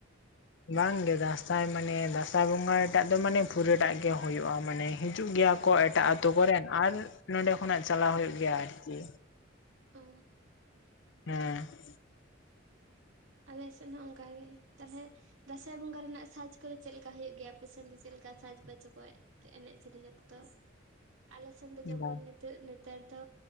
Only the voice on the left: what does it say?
ᱵᱟᱝ ᱜᱮ ᱫᱟᱸᱥᱟᱭ ᱢᱟᱱᱮ ᱫᱟᱸᱥᱟᱭ ᱵᱚᱸᱜᱟ ᱴᱟᱜ ᱫᱚ ᱢᱟᱱᱮ ᱯᱩᱨᱟᱹᱴᱟᱜ ᱜᱮ ᱦᱩᱭᱩᱜᱼᱟ ᱢᱟᱱᱮ ᱦᱤᱡᱩᱜ ᱜᱮᱭᱟ ᱠᱚ ᱮᱴᱟᱜ ᱟᱛᱳ ᱠᱚᱨᱮᱱ ᱟᱨ ᱱᱚᱸᱰᱮ ᱠᱷᱚᱱᱟᱜ ᱪᱟᱞᱟᱣ ᱦᱩᱭᱩᱜ ᱜᱮᱭᱟ ᱟᱨᱠᱤ᱾
ᱦᱮᱸ᱾
ᱵᱟ